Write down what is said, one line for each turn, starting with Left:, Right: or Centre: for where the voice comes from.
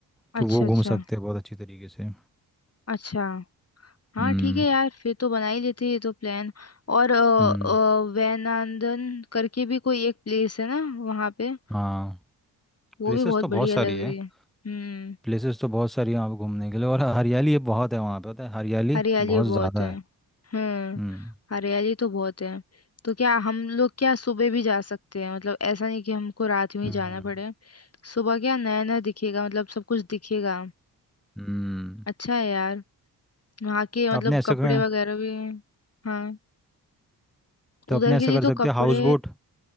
Left: अच्छा
Centre: तो वो घूम
Left: अच्छा
Centre: सकते हैं बहुत अच्छी तरीके से
Left: अच्छा हाँ
Centre: हम्म
Left: ठीक है यार फिर तो बना ही लेते हैं ये तो प्लान और अ,
Centre: हम्म
Left: अ, वैनांदन करके भी कोई एक प्लेस है ना वहाँ पे
Centre: हाँ
Left: वो
Centre: प्लेसेस
Left: भी बहुत
Centre: तो
Left: बढ़िया
Centre: बहुत सारी
Left: लग
Centre: है
Left: रही है हम्म
Centre: प्लेसेस तो बहुत सारी हैं वहाँ पे घूमने के लिए और हरियाली बहुत है वहाँ पे पता है हरियाली
Left: हरियाली
Centre: बहुत
Left: बहुत
Centre: ज़्यादा
Left: है
Centre: है
Left: हम्म
Centre: हम्म
Left: हरियाली तो बहुत है तो क्या हम लोग क्या सुबह भी जा सकते हैं मतलब ऐसा नहीं कि हमको रात में ही
Centre: हम्म
Left: जाना पड़े सुबह क्या नया नया दिखेगा मतलब सब कुछ दिखेगा
Centre: हम्म
Left: अच्छा है यार वहाँ के मतलब
Centre: आपने ऐसा
Left: कपड़े
Centre: कर
Left: वगैरह भी हाँ
Centre: तो
Left: उधर
Centre: अपने ऐसा
Left: के लिए
Centre: कर
Left: तो
Centre: सकते
Left: कपड़े
Centre: हैं हाउस बोट